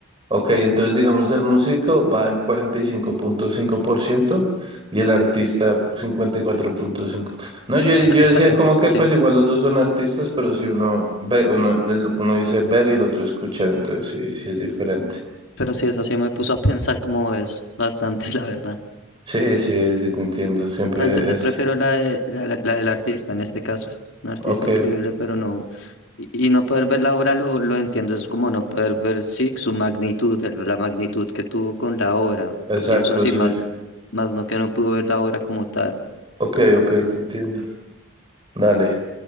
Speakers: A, on the right; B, on the left.
A: Ok, entonces digamos del músico va el cuarenta y cinco cinco punto cinco por ciento y el artista 54.5%. No, yo, yo
B: Esa, esa,
A: decía
B: esa,
A: como que
B: sí.
A: pues igual los dos son artistas, pero si uno ve, uno, el- uno dice ver y el otro escuchar, entonces sí, sí es diferente.
B: Pero sí, esa sí me puso a pensar como es bastante, <laughs> la verdad.
A: Sí, sí, sí, te entiendo. Siempre
B: No, entonces yo
A: es.
B: prefiero la, de- la, la- la del artista en este caso. Un artista
A: Ok,
B: increíble, pero no. Y, y no poder ver la obra lo, lo entiendo, es como no poder ver, sí, su magnitud, el- la magnitud que tuvo con la obra.
A: exacto,
B: Lo pienso así,
A: sí.
B: más, más no que no pudo ver la obra como tal.
A: Ok, ok, te entiendo. Dale,